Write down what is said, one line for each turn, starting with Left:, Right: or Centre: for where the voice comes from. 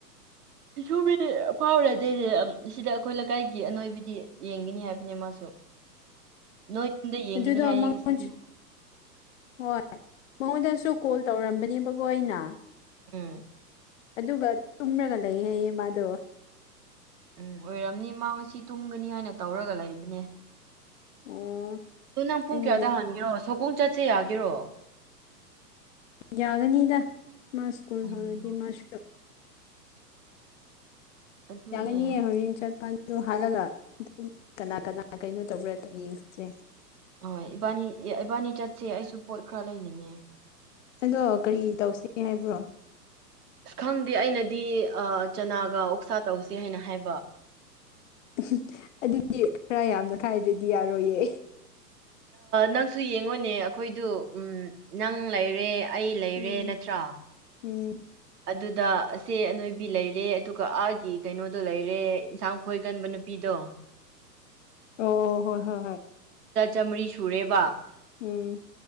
Right: ꯁꯤꯁꯨꯕꯤ ꯐꯥꯎꯅꯥꯗꯦꯅꯦ ꯁꯤꯗ ꯑꯩꯈꯣꯏ ꯂꯩꯀꯥꯏꯒꯤ ꯑꯅꯣꯏꯕꯤꯗꯤ ꯌꯦꯡꯒꯅꯤ ꯍꯥꯏꯕꯅꯦ ꯃꯥꯁꯨ
Left: <inaudible>
Right: ꯅꯣꯏ ꯌꯨꯝꯗ ꯌꯦꯡꯒꯅꯤ
Left: ꯑꯗꯨꯗꯣ
Right: ꯍꯥꯏ
Left: ꯃꯉꯣꯟꯁꯨ
Right: ꯉꯁꯤꯗꯤ
Left: ꯍꯣꯏ ꯃꯉꯣꯟꯗꯁꯨ ꯀꯣꯜ ꯇꯧꯔꯝꯕꯅꯦꯕꯀꯣ ꯑꯩꯅ
Right: ꯎꯝ
Left: ꯑꯗꯨꯒ ꯇꯨꯝꯂꯒ ꯂꯩ ꯍꯥꯏꯌꯦ ꯃꯥꯗꯣ
Right: ꯎꯝ ꯑꯣꯏꯔꯝꯅꯤ ꯃꯥ ꯉꯁꯤ ꯇꯨꯝꯒꯅꯤ ꯍꯥꯏꯅ ꯇꯧꯔꯒ ꯂꯩꯕꯅꯦ
Left: ꯑꯣ
Right: ꯑꯣ ꯅꯪ ꯄꯨꯡ
Left: ꯑꯩꯅꯗꯤ
Right: ꯀꯌꯥꯗ ꯍꯟꯒꯦꯔꯣ ꯁꯣꯒꯨꯡ ꯆꯠꯁꯦ ꯌꯥꯒꯦꯔꯣ
Left: ꯌꯥꯒꯅꯤꯗ ꯃꯥ ꯁ꯭ꯀꯨꯜ
Right: ꯎꯝ
Left: ꯍꯜꯂꯗꯤ ꯃꯥꯁꯨ
Right: ꯑꯗꯨꯅꯦ
Left: ꯌꯥꯪꯒꯅꯤ ꯍꯣꯔꯦꯟ ꯆꯠꯄ ꯑꯗꯣ ꯍꯜꯂꯒ ꯑꯗꯨꯝ ꯀꯅꯥ ꯀꯅꯥ ꯀꯩꯅꯣ ꯇꯧꯕ꯭ꯔꯥꯗ ꯌꯦꯡꯁꯦ
Right: ꯍꯣꯏ ꯏꯕꯥꯅꯤ ꯏꯕꯥꯅꯤ ꯆꯠꯁꯦ ꯑꯩꯁꯨ ꯄꯣꯠ ꯈꯔ ꯂꯩꯅꯤꯡꯉꯦ
Left: ꯑꯗꯣ ꯀꯔꯤ ꯇꯧꯁꯤꯒꯦ ꯍꯥꯏꯕ꯭ꯔꯣ
Right: ꯑꯁ ꯈꯪꯗꯦ ꯑꯩꯅꯗꯤ ꯆꯅꯥꯒ ꯑꯣꯛꯁꯥ ꯇꯧꯁꯦ ꯍꯥꯏꯅ ꯍꯥꯏꯕ
Left: ꯎꯝ ꯑꯗꯨꯗꯤ ꯈꯔ ꯌꯥꯝꯅ ꯈꯥꯏꯗꯗꯤ ꯌꯥꯔꯣꯏꯌꯦ
Right: ꯅꯪꯁꯨ ꯌꯦꯡꯉꯣꯅꯦ ꯑꯩꯈꯣꯏꯗꯨ ꯅꯪ ꯂꯩꯔꯦ ꯑꯩ ꯂꯩꯔꯦ
Left: ꯎꯝ
Right: ꯅꯠꯇ꯭ꯔꯥ
Left: ꯎꯝ
Right: ꯑꯗꯨꯗ ꯑꯁꯦ ꯑꯅꯣꯏꯕꯤ ꯂꯩꯔꯦ ꯑꯗꯨꯒ ꯑꯥꯒꯤ ꯀꯩꯅꯣꯗꯣ ꯂꯩꯔꯦ ꯏꯟꯁꯥꯡ ꯀꯣꯏꯒꯟꯕ ꯅꯨꯄꯤꯗꯣ
Left: ꯑꯣ ꯍꯣꯏ ꯍꯣꯏ ꯍꯣꯏ
Right: ꯆꯥꯃꯔꯤ ꯁꯨꯔꯦꯕ
Left: ꯎꯝ